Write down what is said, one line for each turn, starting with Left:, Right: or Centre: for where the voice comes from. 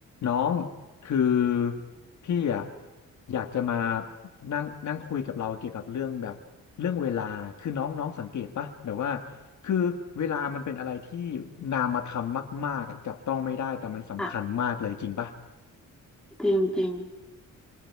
Left: น้องคือพี่อ่ะอยากจะมานั่งนั่งคุยกับเราเกี่ยวกับเรื่องแบบเรื่องเวลาคือน้องน้องสังเกตปะแบบว่าคือเวลามันเป็นอะไรที่นามธรรมมากๆอะจับต้องไม่ได้แต่มันสำคัญมากเลยจริงปะ
Centre: อ่ะจริงจริง